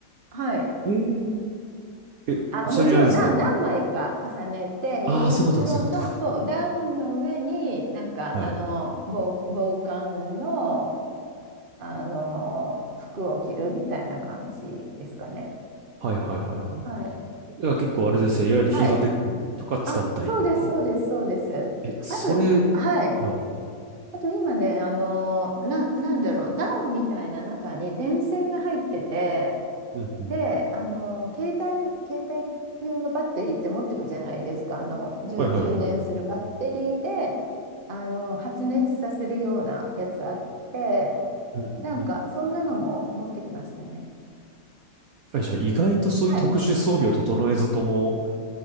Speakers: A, on the right (about 35°); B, on the right (about 65°).
A: はい。
B: えーえ、
A: あ、
B: ちなみにあれですか
A: もちろん何、何枚か重ねて、
B: ああー、
A: ユニクロの、
B: そういうことか、そういうことか。
A: そう、ダウンの上に、なんか、
B: はい。
A: あの、防、防寒の、あの、服を着るみたいな感じですかね。
B: はいはいはいはい。
A: はい。
B: だから結構あれですよね。いわゆるヒートテックとか使ったりとか。
A: はい。あ、そうです、そうです、そうです。
B: え、それ、
A: あと、はい。
B: はい。
A: あと今ね、あの、な、なんだろう、ダウンみたいな中に電線が入ってて、
B: うんうん。
A: で、あの、携帯、携帯用のバッテリーって持ってくじゃないですか、あの、充、
B: はいはいはい。
A: 充電するバッテリーで、あの、発熱させるようなやつあって、
B: うんうんうん。
A: なんか、そんなのも持ってきましたね。
B: あじゃあ意外とそういう特殊装備を整えずとも、
A: はい。